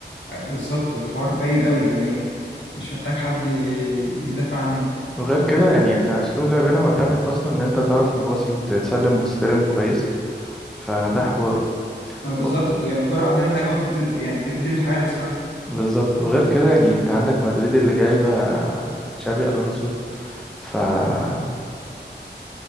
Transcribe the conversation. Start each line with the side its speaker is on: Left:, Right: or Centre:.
Left: بالظبط الحوار باين قوي يعني مش محتاج حد ي- يدافع عنه
Centre: وغير كده يعني احنا اسلوب لعبنا معتمد اصلا ان انت تعرف تباصي وتتسلم وتستلم كويس فده حوار
Left: ما هو بالظبط
Centre: و-
Left: الك- يعني الكورة عندنا الهجمة بتبتدي يعني بتبتدي من الحارس فعلا
Centre: بالظبط وغير كده يعني انت عندك مدريد اللي جايبه تشابي الونسو فموضوعهم